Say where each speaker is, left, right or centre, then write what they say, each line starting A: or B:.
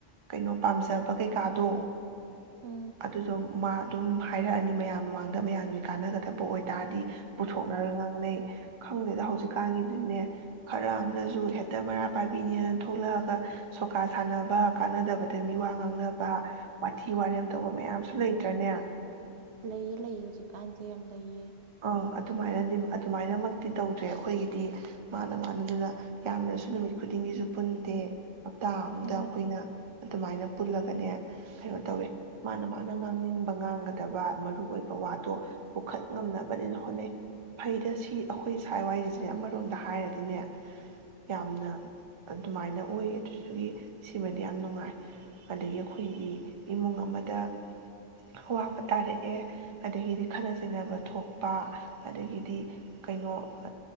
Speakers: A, on the right; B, on the right.
A: ꯀꯩꯅꯣ ꯄꯥꯝꯖꯕ ꯀꯩꯀꯥꯗꯣ
B: ꯎꯝ
A: ꯑꯗꯨꯗꯣ ꯃꯥ ꯑꯗꯨꯝ ꯍꯥꯏꯔꯛꯑꯅꯤ ꯃꯌꯥꯝ ꯃꯃꯥꯡꯗ ꯃꯌꯥꯝꯒꯤ ꯀꯥꯟꯅꯒꯗꯕ ꯑꯣꯏꯇꯥꯔꯗꯤ ꯄꯨꯊꯣꯛꯅꯔ ꯉꯥꯡꯅꯩ ꯈꯪꯗꯦꯗ ꯍꯧꯖꯤꯛꯇ ꯀꯒꯤꯗꯨꯅꯦ ꯈꯔ ꯑꯃꯅꯁꯨ ꯍꯦꯛꯇ ꯃꯔꯥ ꯄꯥꯏꯕꯤꯅꯦꯅ ꯊꯣꯛꯂꯛꯑꯒ ꯁꯣꯀꯥ ꯁꯥꯟꯅꯕ ꯀꯥꯟꯅꯗꯕꯗ ꯃꯤ ꯋꯥ ꯉꯥꯡꯅꯕ ꯋꯥꯊꯤ ꯋꯥꯔꯦꯝ ꯇꯧꯕ ꯃꯌꯥꯝꯁꯨ ꯂꯩꯇ꯭ꯔꯅꯦ
B: ꯂꯩꯌꯦ ꯂꯩꯌꯦ ꯍꯧꯖꯤꯛꯀꯥꯟꯁꯦ ꯌꯥꯝ ꯂꯩꯌꯦ
A: ꯑꯥ ꯑꯗꯨꯃꯥꯏꯅꯗꯤ ꯑꯗꯨꯃꯥꯏꯅꯃꯛꯇꯤ ꯇꯧꯗ꯭ꯔꯦ ꯑꯩꯈꯣꯏꯒꯤꯗꯤ ꯃꯥꯅ ꯃꯥꯅꯗꯨꯅ ꯌꯥꯝꯅꯁꯨ ꯅꯨꯃꯤꯠ ꯈꯨꯗꯤꯡꯒꯤꯁꯨ ꯄꯨꯟꯗꯦ ꯍꯞꯇꯥ ꯑꯝꯗ
B: ꯎꯝ
A: ꯑꯩꯈꯣꯏꯅ ꯑꯗꯨꯃꯥꯏꯅ ꯄꯨꯜꯂꯒꯅꯦ ꯀꯩꯅꯣ ꯇꯧꯋꯦ ꯃꯥꯅ ꯃꯥꯅ ꯉꯥꯡꯅꯤꯡꯕ ꯉꯥꯡꯒꯗꯕ ꯃꯔꯨ ꯑꯣꯏꯕ ꯋꯥꯗꯣ ꯄꯨꯈꯠ ꯉꯝꯅꯕꯅꯦꯅ ꯍꯣꯠꯅꯩ ꯐꯩꯗ ꯁꯤ ꯑꯩꯈꯣꯏ ꯏꯁꯥꯏ ꯋꯥꯏꯁꯤꯁꯦ ꯑꯃꯔꯣꯝꯗ ꯍꯥꯏꯔꯗꯤꯅꯦ ꯌꯥꯝꯅ ꯑꯗꯨꯃꯥꯏꯅ ꯑꯣꯏꯌꯦ ꯑꯗꯨꯗꯨꯒꯤ ꯁꯤꯃꯗꯤ ꯌꯥꯝ ꯅꯨꯡꯉꯥꯏ ꯑꯗꯒꯤ ꯑꯩꯈꯣꯏꯒꯤ ꯏꯃꯨꯡ ꯑꯃꯗ ꯑꯋꯥꯕ ꯇꯥꯔꯛꯑꯦ ꯑꯗꯒꯤꯗꯤ ꯈꯠꯅ ꯆꯩꯅꯕ ꯊꯣꯛꯄ ꯑꯗꯒꯤꯗꯤ ꯀꯩꯅꯣ